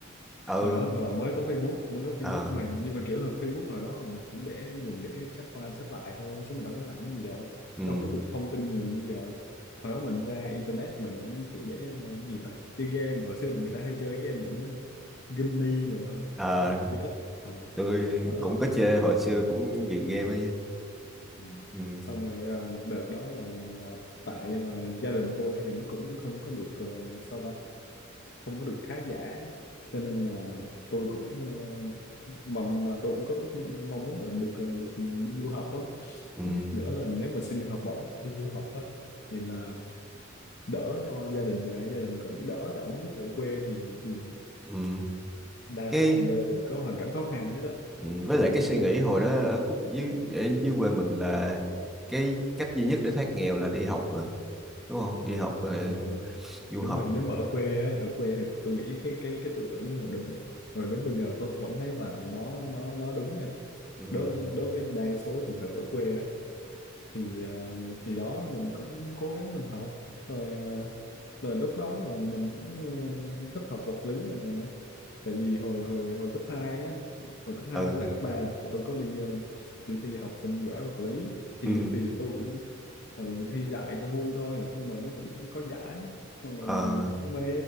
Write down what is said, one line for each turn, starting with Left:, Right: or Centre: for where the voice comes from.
Centre: ừ
Left: hồi đó còn là mới có Facebook mới có Facebook
Centre: ờ
Left: của mình nhưng mà kiểu là Facebook hồi đó là mình cũng để dùng để chat qua chat lại thôi chứ mình đâu có làm cái gì đâu
Centre: ừ
Left: đâu có được thông tin nhiều như giờ hồi đó mình ra internet mình cũng chỉ để ờ, cái gì ta chơi game hồi xưa người ta hay chơi cái game gì cũng đó Ginny nữa
Centre: ờ
Left: chứ có à,
Centre: tôi
Left: đó
Centre: cũng có chơi hồi xưa cũng ghiền game ấy
Left: Ừ.
Centre: ừ.
Left: xong rồi ờ, đợt đó là, là tại là gia đình tôi thì nó cũng không có được uh, sao ta không có được khá giả cho nên là tôi cũng ờ, mà mà tôi cũng có ước mong muốn là được ờ, được đi du học á
Centre: Ừ.
Left: thứ nhất nữa là nếu mà xin được học bổng đi du học á thì là đỡ cho gia đình nè gia đình cũng đỡ tại ông biết ở quê thì thì
Centre: Ừ.
Left: đa
Centre: cái
Left: số là gia đình có hoàn cảnh khó khăn hết đó
Centre: ừ. với lại cái suy nghĩ hồi đó ở khúc dưới ở dưới quê mình là cái cách duy nhất để thoát nghèo là đi học mà đúng không
Left: ờ,
Centre: đi học ờ,
Left: ờ,
Centre: du
Left: đúng
Centre: học
Left: rồi nếu mà ở quê á, ở quê thì tôi nghĩ cái cái cái tư tưởng đó là đúng rồi rồi đến bây giờ tôi vẫn thấy là nó nó nó đúng nha
Centre: ừ
Left: đối đối với đa số trường hợp ở quê á thì ờ, thì đó mình cũng cố gắng mình học rồi ờ, rồi lúc đó là mình cũng ờ, thích học vật lý này nè tại vì hồi hồi hồi cấp 2 á hồi cấp hai
Centre: ừ,
Left: với lại cấp 3 là tôi có đi ờ, đi thi học sinh giỏi vật lý
Centre: ừ.
Left: thì thì tôi cũng ừ, thi đại cho vui thôi nhưng mà nó cũng có giải xong
Centre: Ờ.
Left: rồi mình cũng mê